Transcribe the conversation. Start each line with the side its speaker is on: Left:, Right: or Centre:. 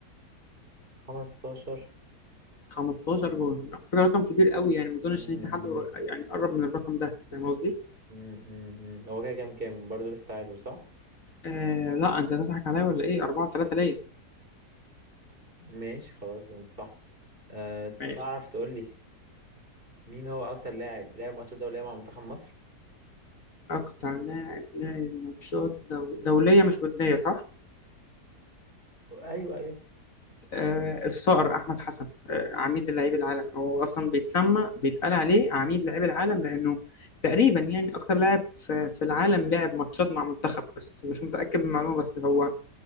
Right: 15
Left: 15 جون على فكرة رقم كبير قوي يعني ما اظنش
Right: مم،
Left: ان في حد
Right: مم،
Left: قر- يعني قرب من الرقم ده فاهم قصدي؟
Right: مم، مم، مم. هو كده كام كام برضه لسه تعادل صح؟
Left: آه لا انت هتضحك عليا ولا ايه؟ 4 3 ليا
Right: ماشي خلاص انت صح أه
Left: ماشي
Right: تعرف تقول لي مين هو اكتر لاعب لعب ماتش الدولية مع منتخب مصر
Left: اكتر لاعب لاعب ماتشات دو... دولية مش ودية صح؟
Right: ايوه ايوه
Left: آه، الصقر احمد حسن آه، عميد لعيب العالم هو اصلا بيتسمى بيتقال عليه عميد لعيب العالم لانه تقريبا يعني اكتر لاعب في في العالم لعب ماتشات مع منتخب بس مش متاكد من المعلومه بس هو